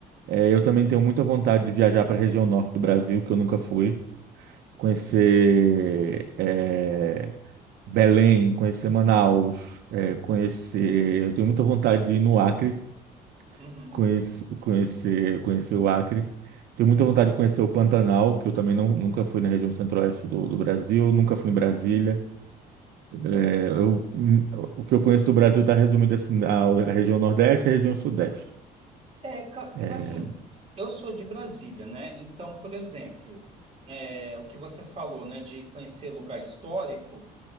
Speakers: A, on the right; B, on the right.
A: é, eu também tenho muita vontade de viajar para a região norte do Brasil, que eu nunca fui, conhecer é, Belém, conhecer Manaus, é, conhecer. Eu tenho muita vontade de ir no Acre,
B: Uhum.
A: conhecer, conhecer, conhecer o Acre. Tenho muita vontade de conhecer o Pantanal, que eu também não, nunca fui na região centro-oeste do, do Brasil, nunca fui em Brasília. É, eu, hum, o que eu conheço do Brasil está resumido assim, a, a região Nordeste e a região Sudeste.
B: É, ca-
A: É,
B: assim, eu sou de Brasília, né? Então, por exemplo, é, o que você falou, né, de conhecer lugar histórico,